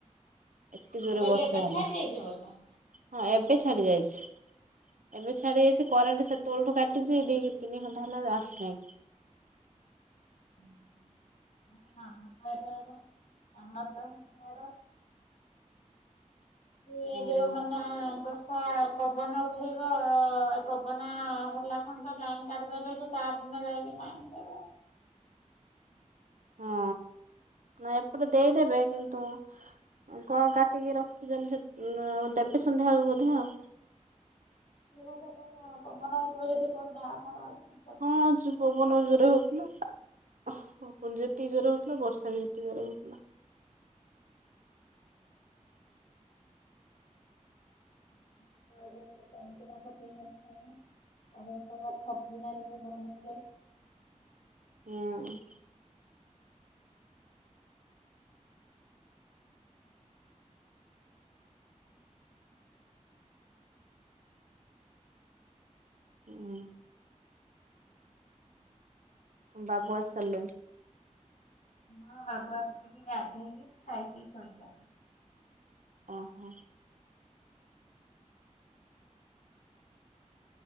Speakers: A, on the right; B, on the left.
A: ଏତେ ଜୋରେ
B: ମୁଁ କହିଲି
A: ବର୍ଷା
B: ଏବେ
A: ହେଲା
B: ଛାଡି ଯାଇଚି ବର୍ଷା।
A: ହଁ ଏବେ ଛାଡି ଯାଇଚି ଏବେ ଛାଡି ଯାଇଚି କରେଣ୍ଟ୍ କେତେବେଳୁଠୁ କାଟିଚି ଦି ତିନି ଘଣ୍ଟା ହେଲା ଆସିନାଇଁ।
B: ହଁ ହଁ ଆମର ତ <unintelligible> ଇଏ
A: ହୁଁ
B: ଯୋଉ ମାନେ ଆମ୍ବ ପା ପବନ ଉଠେଇବ ପବନ ହେଲା କଣ ତ ଲାଇନ୍ କାଟି ଦେବେ ଯେ ତାରଦିନ ଯାଇକି ନାଇନ୍ ଦେବେ।
A: ହଁ ନା ଏପଟେ ଦେଇଦେବେ କିନ୍ତୁ କଣ କାଟିକି ରଖିଚନ୍ତି ସେ <unintelligible> ଦେବେ ସନ୍ଧ୍ୟାବେଳକୁ ବୋଧେ ଆଉ।
B: ସେ <unintelligible> କଣ ପବନ ହେଉଥିବ ଯଦି କୋଉଠି ଡାଳ ଫାଳ ବା
A: ହଁ ଯୁ ପବନ ଜୋରେ ହଉଥିଲା। ପୁଣି ଯେତିକି ଜୋରେ ହଉଥିଲା ବର୍ଷା ବି ଯେତେ ଜୋରେ ହଉଥିଲା। <inaudible>
B: <unintelligible> ଅନେକ ଥର ଥବ୍ କିନା <unintelligible> ବନ୍ଦ ହେଇଯାଇଚି।
A: ହୁଁ। ହୁଁ। ବାବୁ ଆସି ସାରିଲେଣି।
B: ହଁ ବାବୁ ଆସିକି ଗାଧେଇକି ଖାଇକି ଶୋଇଲା।
A: ଓ ହୋ।